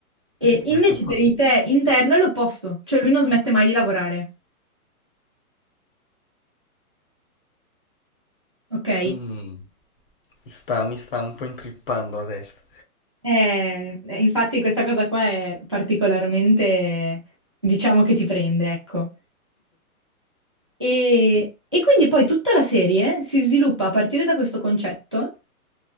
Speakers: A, on the right; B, on the left.
A: E invece
B: Metto un po'
A: per
B: di...
A: il te interno è l'opposto, cioè lui non smette mai di lavorare, ok?
B: Mm. Mi sta, mi sta un po' intrippando la testa.
A: Eh, eh, infatti questa cosa qua è particolarmente, diciamo che ti prende, ecco. E, e quindi poi tutta la serie si sviluppa a partire da questo concetto